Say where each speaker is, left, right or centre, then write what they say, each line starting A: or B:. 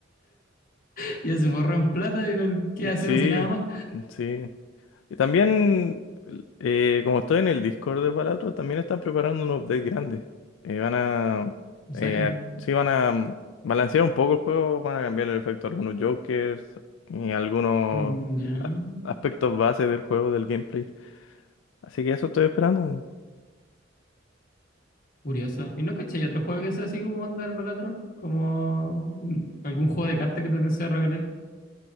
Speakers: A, on the left; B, on the left.
A: <laughs> ya se forró en plata y no, ¿qué hace?
B: Sí,
A: No hace nada más.
B: sí. Y también, eh, como estoy en el Discord de Palatro, también están preparando un update grande. Eh, van a,
A: En
B: eh,
A: serio.
B: sí, van a mm, balancear un poco el juego, van a cambiar el efecto a algunos jokers y algunos
A: Mm, Ya,
B: a- aspectos base del juego, del gameplay. Así que eso estoy esperando.
A: curioso. ¿Y no caché? ¿Hay otro juego que sea así como onda el Balatro? ¿Como un- algún juego de cartas que también sea roguelike?